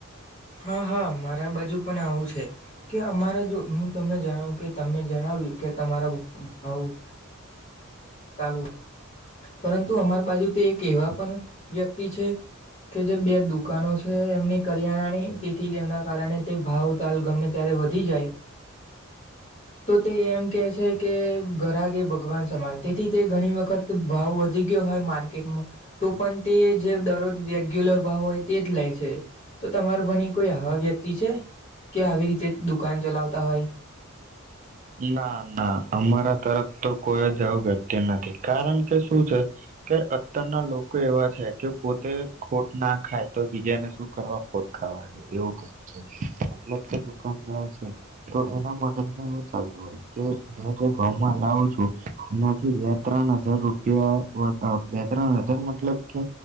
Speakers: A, on the left; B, on the right.
A: હા હા મારા બાજુ પણ આવું છે. કે અમારે જો હું તમને જણાવું કે તમે જણાવ્યું કે તમારા ગ્રુપ માં આવું ચાલું પરંતુ અમારી બાજુ તે એક એવા પણ વ્યક્તિ છે કે જે બે દુકાનો છે એમની કરયાના ની તેથી તેમના કારણે તે ભાવ તાલ ગમે ત્યારે વધી જાય તો તે એમ કે છે કે ઘરાક એ ભગવાન સમાન તેથી તે ઘણી વખત ભાવ વધી ગયો હોય માર્કેટમાં તો પણ તે જે દરરોજ રેગ્યુલર ભાવ હોય તે જ લે છે. તો તમારે ભણી કોઈ આવા વ્યક્તિ છે કે આવી રીતે દુકાન ચલાવતા હોય.
B: ના ના અમારા તરફ તો કોઈ જ આવું વ્યક્તિ નથી કારણ કે શું છે કે અત્યારના લોકો એવા છે કે પોતે ખોટ ના ખાય તો બીજાને શું કરવા ખોટ ખાવા દે એવું કામ છે મતલબ કે દુકાનદાર છે તો એના મદદ જે ઘઉમાં લાવું છું એનાથી બે ત્રણ હજાર રૂપિયા બે ત્રણ હજાર મતલબ કે